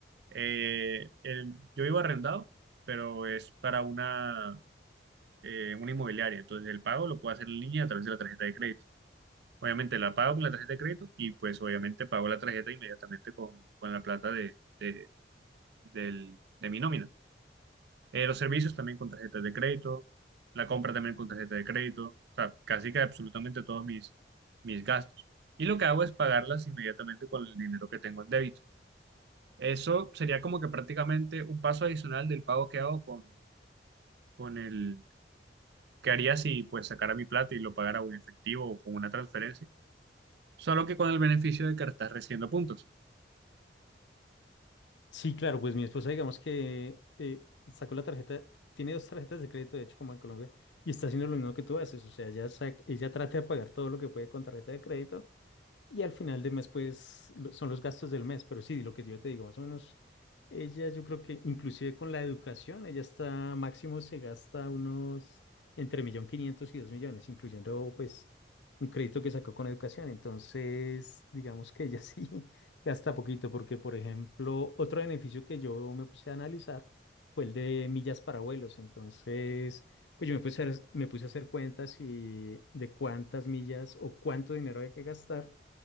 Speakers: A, on the right; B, on the left.
A: Eh, el- yo vivo arrendado, pero es para una, eh, una inmobiliaria. Entonces, el pago lo puedo hacer en línea a través de la tarjeta de crédito. Obviamente la pago con la tarjeta de crédito y pues obviamente pago la tarjeta inmediatamente con, con la plata de, de, del- de mi nómina. Eh, los servicios también con tarjetas de crédito, la compra también con tarjeta de crédito, o sea, casi que absolutamente todos mis, mis gastos. Y lo que hago es pagarlas inmediatamente con el dinero que tengo en débito. Eso sería como que prácticamente un paso adicional del pago que hago con, con el que haría si pues sacara mi plata y lo pagara o en efectivo o con una transferencia, solo que con el beneficio de que estás recibiendo puntos.
B: Sí, claro, pues mi esposa, digamos que eh, sacó la tarjeta, tiene dos tarjetas de crédito, de hecho, como en Colombia, y está haciendo lo mismo que tú haces, o sea, ella, sac- ella trata de pagar todo lo que puede con tarjeta de crédito, y al final de mes, pues, lo- son los gastos del mes, pero sí, lo que yo te digo, más o menos, ella yo creo que inclusive con la educación, ella está máximo se gasta unos entre millón quinientos y dos millones, incluyendo pues un crédito que sacó con educación. Entonces, digamos que ella <laughs> sí gasta poquito, porque por ejemplo, otro beneficio que yo me puse a analizar fue el de millas para vuelos. Entonces, pues yo me puse a, me puse a hacer cuentas y de cuántas millas o cuánto dinero hay que gastar.